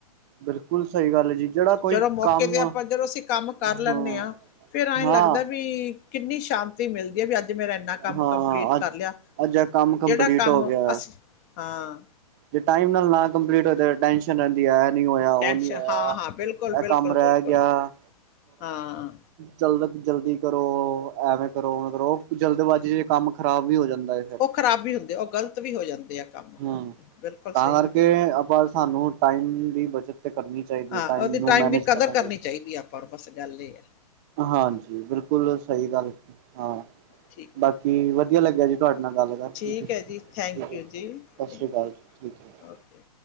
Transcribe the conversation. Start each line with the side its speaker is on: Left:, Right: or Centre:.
Right: ਬਿਲਕੁਲ ਸਹੀ ਗੱਲ ਹੈ ਜੀ ਜਿਹੜਾ ਕੋਈ
Left: ਜਦੋਂ ਮੌਕੇ
Right: ਕੰਮ
Left: ਤੇ ਆਪਾਂ ਜਦੋਂ ਅਸੀਂ ਕੰਮ ਕਰ
Right: ਹਾਂ
Left: ਲੈਣੇ ਆ। ਫੇਰ ਐਂ
Right: ਹਾਂ
Left: ਲੱਗਦਾ ਵੀ ਕਿੰਨੀ ਸ਼ਾਂਤੀ ਮਿਲਦੀ ਐ ਵੀ ਅੱਜ ਜੇ ਮੇਰਾ ਇੰਨਾ ਕੰਮ
Right: ਹਾਂ
Left: ਕੰਪਲੀਟ
Right: ਅੱਜ
Left: ਕਰ ਲਿਆ
Right: ਅੱਜ ਇਹ ਕੰਮ ਕੰਪਲੀਟ
Left: ਜਿਹੜਾ ਕੰਮ
Right: ਹੋ ਗਿਆ
Left: ਅਸੀ ਹਾਂ।
Right: ਜੇ ਟਾਈਮ ਨਾਲ ਨਾ ਕੰਪਲੀਟ ਹੋਏ ਤੇ। ਟੈਸ਼ਨ ਰਹਿੰਦੀ ਆ ਇਹ ਨੀ ਹੋਇਆ ਉਹ
Left: ਟੈਨਸ਼ਨ
Right: ਨੀ ਹੋਇਆ
Left: ਹਾਂ ਹਾਂ ਬਿਲਕੁਲ ਬਿਲਕੁਲ
Right: ਇਹ ਕੰਮ ਰਹਿ
Left: ਬਿਲਕੁਲ
Right: ਗਿਆ।
Left: ਹਾਂ,
Right: ਜਲਦ ਜਲਦੀ ਕਰੋ ਐਵੇਂ ਕਰੋ ਮਤਲਬ ਕਰੋ ਜਲਦਬਾਜ਼ੀ ਚ ਕੰਮ ਖ਼ਰਾਬ ਵੀ ਹੋ ਜਾਂਦਾ ਐ ਫਿਰ
Left: ਉਹ ਖ਼ਰਾਬ ਵੀ ਹੁੰਦੇ ਉਹ ਗ਼ਲਤ ਵੀ ਹੋ ਜਾਂਦੇ ਆ ਕੰਮ
Right: ਹੂੰ,
Left: ਬਿਲਕੁਲ
Right: ਤਾਂ
Left: ਸਹੀ
Right: ਕਰਕੇ
Left: ਹੈ ਤੁਹਾਡੀ ਗੱਲ
Right: ਆਪਾਂ ਸਾਨੂੰ ਟਾਈਮ ਦੀ ਬੱਚਤ ਤੇ ਕਰਨੀ। ਚਾਹੀਦੀ
Left: ਹਾਂ,
Right: ਹੈ
Left: ਉਹਦੀ
Right: ਨੂੰ
Left: ਟਾਈਮ
Right: ਮੈਨੇਜ
Left: ਵੀ ਕਦਰ
Right: ਕਰਨਾ
Left: ਕਰਨੀ
Right: ਚਾਹੀਦਾ
Left: ਚਾਹੀਦੀ ਆ ਆਪਾਂ ਨੂੰ ਬਸ ਗੱਲ ਇਹ ਆ।
Right: ਹਾਂਜੀ, ਬਿਲਕੁਲ ਸਹੀ ਗੱਲ ਹਾਂ
Left: ਠੀਕ
Right: ਬਾਕੀ
Left: ਠੀਕ
Right: ਵਧੀਆ ਲੱਗਿਆ ਜੀ। ਤੁਹਾਡੇ ਨਾਲ ਗੱਲ ਕਰਕੇਸੀਂ
Left: ਠੀਕ ਹੈ ਜੀ ਥੈਂਕ
Right: ਠੀਕ ਐ ਜੀ
Left: ਯੂ
Right: ਸਤਿ
Left: ਥੈਂਕ
Right: ਸ਼੍ਰੀ ਅਕਾਲ ਜੀ ਠੀਕ
Left: You
Right: ਐ।
Left: okay